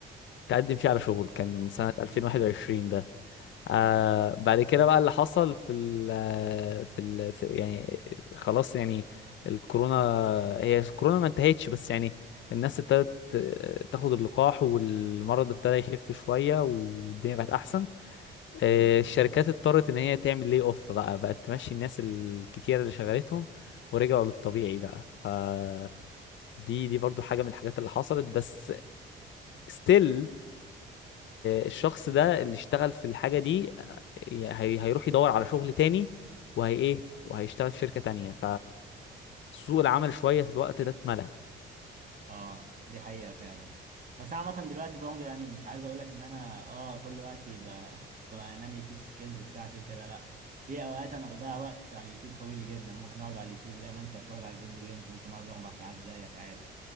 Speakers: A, on the left (about 70°); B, on the right (about 40°).
A: تقدم فيه على شغل كان سنة
B: مش
A: 2021
B: فيه فعلا
A: ده آه
B: بالظبط
A: بعد كده بقى اللي حصل في ال آه، في ال في يعني خلاص يعني الكورونا هي الكورونا ما انتهتش بس يعني الناس ابتدت آه، تاخد اللقاح والمرض ابتدى يخف شوية والدنيا بقت أحسن آه،
B: مم.
A: الشركات اضطرت ان هي تعمل لي اوف بقى بقت تمشي الناس الكتير اللي شغلتهم ورجعوا للطبيعي بقى فدي دي دي برضو حاجة من الحاجات اللي حصلت بس ستيل الشخص ده اللي اشتغل في الحاجة دي آه، هي هيروح يدور على شغل تاني وهي ايه وهيشتغل في شركة تانية فسوق العمل شوية في الوقت ده اتملى
B: اه دي حقيقة فعلا بس عامة دلوقتي برضه يعني مش عايز اقول لك ان انا اه كل وقت بقى بنمي فيه سكيلز بتاعتي وكده لا في اوقات انا بضيع وقت على اليوتيوب طويل جدا ممكن اقعد على اليوتيوب زي ما انت بتقعد على الفيديو جيمز ممكن اقعد اربع ساعات زيك عادي